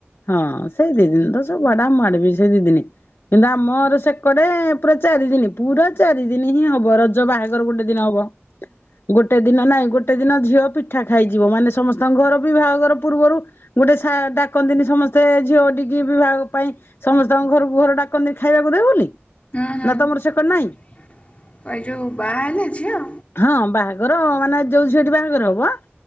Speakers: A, on the left; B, on the left.
A: ହଁ ସେ ଦି ଦିନ ତ ସବୁ ବାଡା ମୁଁ ମାରିବି ଦିଦିନି। କିନ୍ତୁ ଆମର ସେକଡେ ପୁରା ଚାରି ଦିନ ପୁରା ଚାରି ଦିନ ହିଁ ହବ। ର ତ ବାହାଘର ଗୋଟେ ଦିନ ହବ। ଗୋଟେ ଦିନ ନାଇଁ ଗୋଟେ ଦିନ ଝିଅ ପିଠା ଖାଇଯିବ ମାନେ ସମସ୍ତଙ୍କ ଘର ବି ବାହାଘର ପୂର୍ବରୁ। ଗୋଟେ ସେଟା ଡାକନ୍ତିିନୀ ସମସ୍ତେ ଝିଅ ଟଡିିକି ବିବାହ ପାଇଁ ସମସ୍ତଙ୍କ ଘରକୁ ଘର ଡାକନ୍ତିିନି ଖାଇବାକୁ ଦେବ ବୋଲି।
B: ହୁଁ ହୁଁ
A: ନା ତମର ସେକଡେ ନାହିଁ?
B: ଏ ଯୋଉ ବାହା ହେଲେ ଝିଅ
A: ହଁ ବାହାଘର ମାନେ ଯୋଉ ଝିଅଟି ବାହାଘର ହବ